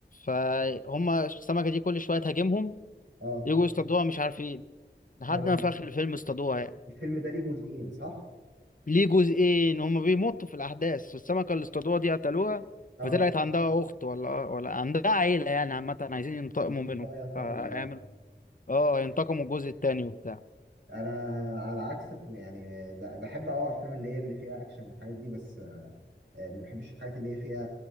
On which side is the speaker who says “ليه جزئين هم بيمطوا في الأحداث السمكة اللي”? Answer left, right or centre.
Left